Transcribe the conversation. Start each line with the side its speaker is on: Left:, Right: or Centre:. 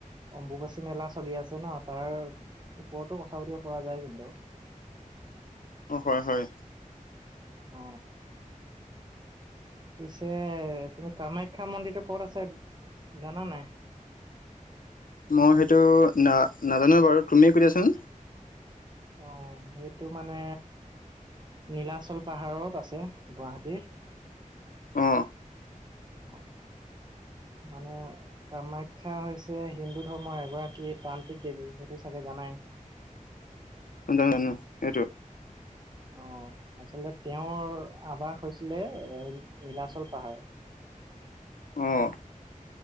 Right: অম্বুবাচী মেলা চলি আছে ন, তাৰ ওপৰতো কথা পাতিব পৰা যায় কিন্তু।
Left: অ, হয় হয়।
Right: অ পিছে তুমি কামাখ্যা মন্দিৰতটো ক'ত আছে জানা নাই?
Left: মই সেইটো না নাজানো বাৰু তুমি কয় দিয়া চোন।
Right: অ, সেইটো মানে। নীলাচল পাহাৰত আছে গুৱাহাটীৰ।
Left: অ
Right: অ, মানে। কামাখ্যা হৈছে হিন্দু ধৰ্মৰ এগৰাকী তান্ত্ৰিক দেৱী সেইটো চাগে জানাই।
Left: <unintelligible>
Right: অ, আচলতে তেওঁৰ আৱাস হৈছিলে এ নীলাচল পাহাৰ।
Left: অ,